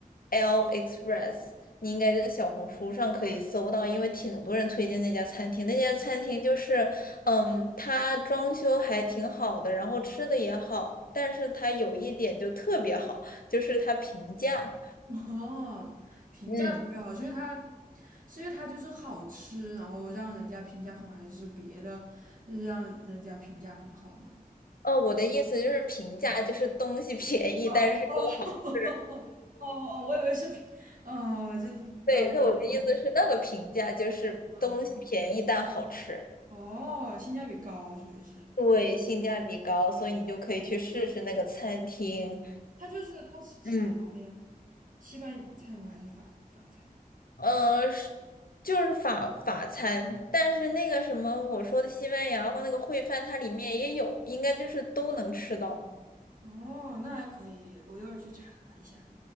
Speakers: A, on the left (about 70°); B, on the right (about 60°).
A: L Express，你应该在小红书上可以搜到，因为挺多人推荐那家餐厅。那家餐厅就是，嗯，它装修还挺好的，然后吃的也好，但是它有一点就特别好，就是它平价。
B: <laughs> 哦，评价特别好，
A: 嗯，
B: 是因为它，是因为它就是好吃，然后让人家评价很好，还是别的让人家评价很好呢？
A: 哦，我的意思就是平价，就是东西 <laughs> 便宜，
B: 哦哦
A: 但是又好吃。
B: <laughs> 哦哦，我以为是评，哦，这呃，
A: 对，
B: 懂了懂了，
A: 那我的意思是那个平价就是东西便宜但好吃，
B: 嗯，哦，性价比高，属于是。
A: 对，性价比高，所以你就可以去试试那个餐厅。
B: 它就是它吃吃啥的呀？
A: 嗯。
B: 西班牙菜吗？还是法法餐？
A: 呃，是就是法法餐，但是那个什么我说的西班牙和那个烩饭，它里面也有，应该就是都能吃到。
B: 哦，那还可以，我一会儿去查一下。